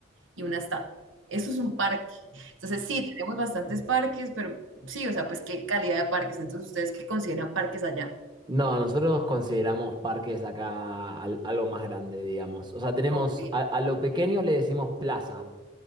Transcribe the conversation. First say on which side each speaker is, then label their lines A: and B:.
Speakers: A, on the right; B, on the right.
A: y una estatua. Eso es un parque. Entonces, sí, tenemos bastantes parques, pero sí, o sea, pues qué calidad de parques. Entonces, ¿ustedes qué consideran parques allá?
B: No, nosotros consideramos parques acá al- algo más grande, digamos. O sea, tenemos
A: Ok,
B: a, a lo pequeño le decimos plaza,